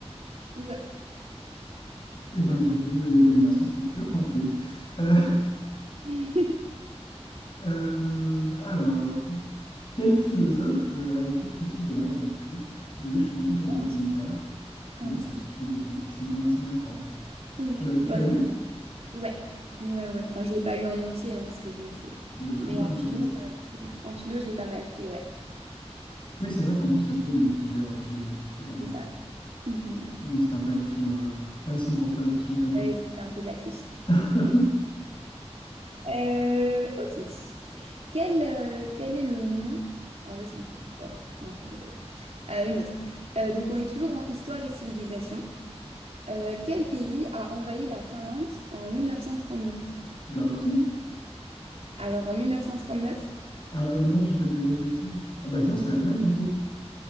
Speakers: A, on the right; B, on the left.
A: Ouais.
B: Eh ben, j'ai vu l'état des nations, je me suis bien planté. Euh,
A: Ouais.
B: euh, alors, quel philosophe euh, a écrit Critique de la raison pure? Désolé, je suis beaucoup sur des
A: <laughs> Kant.
B: questions littéraires,
A: Kant.
B: mais là, c'est aussi philosophie. C'est bien, c'est bien Kant.
A: Ouais.
B: Tu l'as, tu
A: Bah,
B: l'as
A: ça
B: lu?
A: va. Ouais. Ouais, ouais. Enfin, je l'ai pas lu en entier, hein, parce que bon, c'est.
B: Ça doit être
A: Mais
B: un peu
A: en
B: indigeste.
A: philo, euh, j'ai- en philo, je l'ai pas mal fait, ouais.
B: Oui, c'est vrai qu'en plus, tu as fait une filière euh, philosophique. euh,
A: C'est ça. Mm, mm, mm.
B: donc, c'était un peu la question euh, facile pour toi, la question cadeau.
A: Ouais, c'est un peu de la triche.
B: <laughs> De
A: Euh, ok. Quel, euh, quel est le nom? Pff, en vrai, c'est un peu. ouais, non, c'est pas rigolo. Euh, une autre. Euh, donc on est toujours en histoire et civilisation. Euh, quel pays a envahi la Finlande en 1939?
B: la Russie?
A: Alors en 1939,
B: Ah euh, non, j'ai peut-être des grosses bêtises. Ah bah non, c'est l'Allemagne du coup.